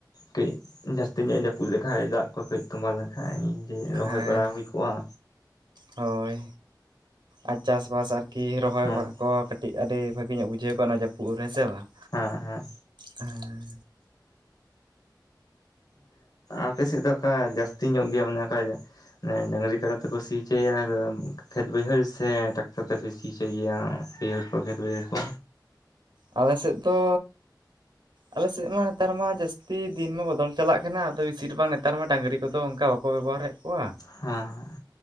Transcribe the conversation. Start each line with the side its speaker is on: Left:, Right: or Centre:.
Left: ᱠᱟᱹᱡ ᱡᱟᱹᱥᱛᱤ ᱧᱚᱜ ᱮ ᱡᱟᱹᱯᱩᱫ ᱞᱮᱠᱷᱟᱡ ᱫᱟᱜ ᱠᱚ ᱠᱟᱹᱡ ᱛᱚᱸᱵᱟ ᱞᱮᱱᱠᱷᱟᱡ ᱡᱮ ᱨᱚᱦᱚᱭ
Right: ᱦᱮᱸ
Left: ᱵᱟᱲᱟ ᱦᱩᱭ ᱠᱚᱜᱼᱟ
Right: ᱦᱳᱭ ᱟᱨ ᱪᱟᱥᱵᱟᱥ ᱟᱨᱠᱤ ᱨᱚᱦᱚᱭ
Left: ᱦᱮᱸ
Right: ᱵᱟᱲᱟ ᱠᱚ ᱠᱟᱹᱴᱤᱡ ᱟᱹᱰᱤ ᱵᱷᱟᱹᱜᱤ ᱧᱚᱜ ᱵᱩᱡᱷᱟᱹᱣ ᱠᱚᱜᱟ ᱚᱱᱟ ᱡᱟᱹᱯᱩᱫ ᱨᱮ ᱦᱮᱸ ᱥᱮ ᱵᱟᱝ
Left: ᱦᱮᱸ ᱦᱮᱸ
Right: ᱦᱮᱸ
Left: ᱟᱯᱮ ᱥᱮᱫ ᱫᱚ ᱚᱠᱟ ᱡᱟᱹᱥᱛᱤ ᱧᱚᱜ ᱜᱮᱭᱟ ᱢᱟᱱᱮ ᱚᱠᱟ ᱰᱟᱝᱨᱤ ᱠᱟᱰᱟ ᱛᱮᱠᱚ ᱥᱤᱪᱚᱭᱟ ᱠᱷᱮᱛ ᱵᱟᱹᱭᱦᱟᱹᱲ ᱥᱮ ᱴᱟᱠᱴᱚᱨ ᱛᱮᱯᱮ ᱥᱤ ᱦᱚᱪᱚᱭ ᱜᱮᱭᱟ ᱵᱟᱹᱭᱦᱟᱹᱲ ᱠᱚ ᱠᱷᱮᱛ ᱵᱟᱹᱭᱦᱟᱹᱲ ᱠᱚ
Right: ᱟᱞᱮ ᱥᱮᱫ ᱫᱚ ᱟᱞᱮᱥᱮᱫ ᱢᱟ ᱱᱮᱛᱟᱨ ᱢᱟ ᱡᱟᱹᱥᱛᱤ ᱫᱤᱱ ᱢᱟ ᱵᱚᱫᱚᱞ ᱪᱟᱞᱟᱜ ᱠᱟᱱᱟ ᱟᱫᱚ ᱵᱤᱥᱤᱨ ᱵᱷᱟᱜ ᱱᱮᱛᱟᱨ ᱢᱟ ᱰᱟᱹᱝᱨᱤ ᱠᱚᱫᱚ ᱚᱱᱠᱟ ᱵᱟᱠᱚ ᱵᱮᱵᱚᱦᱟᱨᱮᱫ ᱠᱚᱣᱟ
Left: ᱦᱮᱸ ᱦᱮᱸ